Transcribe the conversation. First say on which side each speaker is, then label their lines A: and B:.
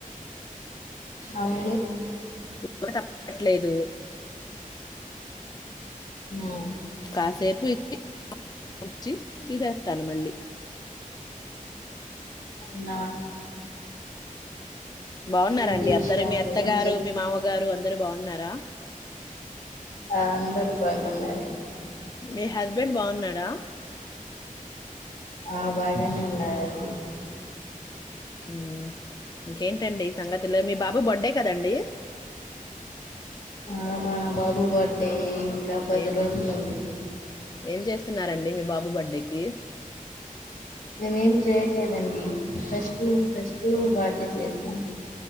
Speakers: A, on the left; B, on the left.
A: ఔను
B: ఇప్పుడు తప్పట్లేదు
A: హ్మ్.
B: కాసేపు ఇ వచ్చి తీసేస్తాను మళ్ళీ
A: అవునా
B: బాగున్నారా
A: ఏంటి
B: అండీ
A: విషయాలు?
B: అందరు మీ అత్తగారు
A: ఏం చెప్
B: మీ మామగారు అంద్ అందరు బాగున్నారా
A: ఆ అందరు బాగున్నారండి
B: మీ హస్బెండ్ బాగున్నాడా
A: ఆ బాగానే ఉన్నాడు అండి
B: ఊ ఇంకేంటండి సంగతులు మీ బాబు బర్త్డే కదండీ
A: ఆ మా బాబు బర్త్డే ఇంకా పది
B: ఏం చే
A: రోజులు అండి
B: ఏం చేస్తున్నారండీ మీ బాబు బర్త్డేకి
A: మీ మేం చేయట్లేదం ఊ ఫస్ట్ ఊ ఫస్ట్ బర్త్డే చేసినాం